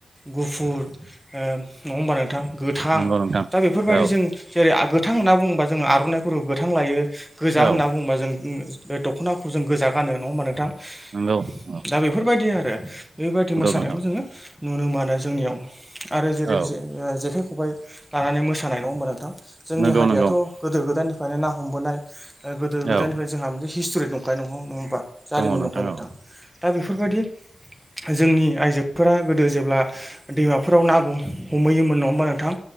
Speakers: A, in the centre; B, on the right.
A: गुफुर ओ नङा होमबा नोंथां गो थां
B: नंगौ नोंथां
A: दा बेफोरबायदि
B: औ
A: जों जेरै गोथां होनना बुङोबा जोङो आरनाइफोराव गोथां लायो। गोजा
B: औ
A: होनना बुङोबा जों उम बे दखनाखौ जों गोजा गानो नङा होनबा नोंथां। दा
B: नंगौ नंगौ
A: बेफोरबायदि आरो बेबायदि मोसानायखौ
B: नोंथां
A: जों ङो नुनो मोनो जोंनियाव आरो जेरै
B: औ
A: जो ओ जेखाइ खबाइ लानानै मोसानाय नङा होमबा नोंथां जोंनि
B: नंगौ
A: हारियाथ'
B: नंगौ
A: गोदो गोदायनिफ्रायनो ना हमबोनाय गोदो गोदायनिफ्राय
B: औ
A: जोंहा मोनसे हिस्टरि दंखायो नंगौ नङ होमबा जारिमिन
B: दङ
A: दंखायो नोंथां
B: औ
A: दा बेफोरबायदि जोंनि आइजोफोरा गोदो जेब्ला दैमाफोराव ना गु हमहैयोमोन नङा होमबा नोंथां